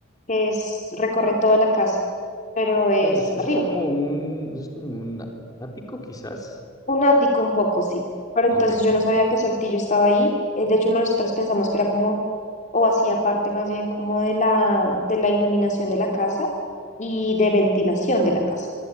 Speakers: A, on the left (about 35°); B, on the left (about 15°).
A: que es, recorre toda la casa, pero es
B: Entonces, Eso,
A: arriba.
B: eso es como un, eso es como un ático quizás.
A: Un ático un poco, sí. Pero entonces
B: Ok,
A: yo
B: ok.
A: no sabía que Saltillo estaba ahí. Eh, de hecho, nosotros pensamos que era como, o hacía parte más bien como de la, de la iluminación de la casa y de ventilación de la casa.